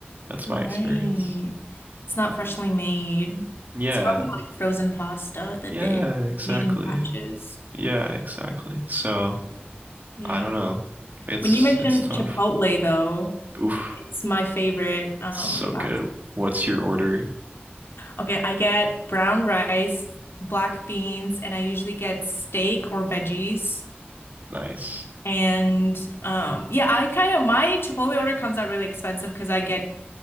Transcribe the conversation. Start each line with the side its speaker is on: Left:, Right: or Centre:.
Right: That's
Left: Right.
Right: my experience.
Left: It's not freshly made.
Right: Yeah.
Left: It's probably like frozen pasta that
Right: Yeah,
Left: they
Right: exactly.
Left: made in batches.
Right: Yeah, exactly. So,
Left: Yeah.
Right: I don't know. It's
Left: When you mentioned
Right: it's tough.
Left: Chipotle, though,
Right: Oof.
Left: it's my favorite um
Right: So good.
Left: fast-
Right: What's your order?
Left: Okay, I get brown rice, black beans, and I usually get steak or veggies.
Right: Nice.
Left: And um yeah, I kind of my Chipotle order comes out really expensive because I get